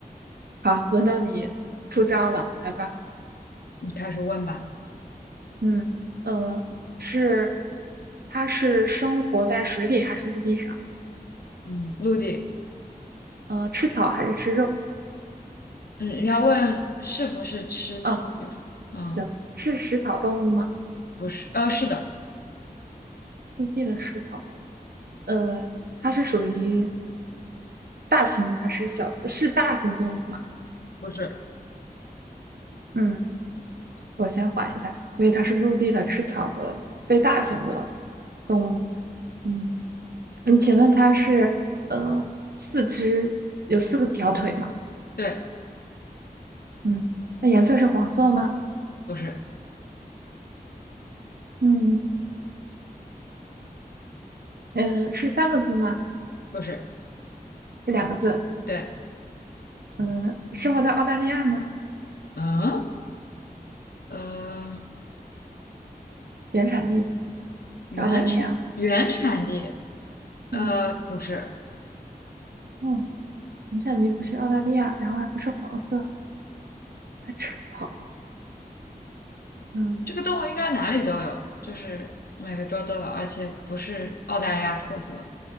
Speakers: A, on the right; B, on the left.
A: 好，轮到你出招了，来吧。
B: 你开始问吧。
A: 嗯，呃，是，它是生活在水里还是陆地上？
B: 嗯，陆地。
A: 呃，吃草还是吃肉？
B: 嗯，你要问是不是吃草，
A: 啊，
B: 比如说，嗯，
A: 行，是食草动物吗？
B: 不是，呃，是的，
A: 陆地的食草动物。呃，它是属于大型还是小？是大型动物吗？
B: 不是，
A: 嗯，我先缓一下，所以它是陆地的、吃草的、非大型的动物。嗯，你请问它是呃四肢有四个条腿吗？
B: 对，
A: 嗯，那颜色是黄色吗？
B: 不是，
A: 嗯，嗯，是三个字吗？
B: 不是，
A: 这两个字？
B: 对，
A: 嗯，生活在澳大利亚吗？
B: 嗯，呃，
A: 原产地
B: 原产原产地，
A: 是澳大利亚吗？
B: 呃，
A: 嗯，
B: 不是，
A: 哦，原产地不是澳大利亚，然后还不是黄色，还吃草。嗯。
B: 这个动物应该哪里都有，就是每个州都有，而且不是澳大利亚特色。